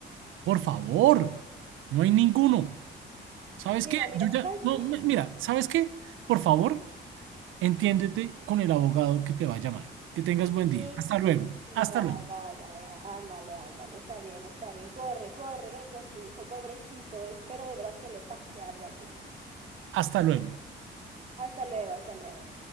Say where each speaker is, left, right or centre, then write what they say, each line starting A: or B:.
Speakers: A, on the right; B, on the right.
A: Por favor, no hay ninguno. ¿Sabes
B: Mira,
A: qué?
B: mira,
A: Yo ya,
B: ¿sabes
A: no,
B: qué?
A: mi- mira, ¿sabes qué? Por favor, entiéndete con el abogado que te va a llamar. Que tengas buen día.
B: Sí,
A: Hasta
B: sí, sí.
A: luego.
B: sí,
A: Hasta
B: Bye,
A: luego.
B: bye, bye. á- Ándale, ándale. Está bien, está bien. Corre, corre, ve con tu hijo. Pobrecito, espero de verdad que le pase algo a tu hijo.
A: Hasta luego.
B: Hasta luego, hasta luego.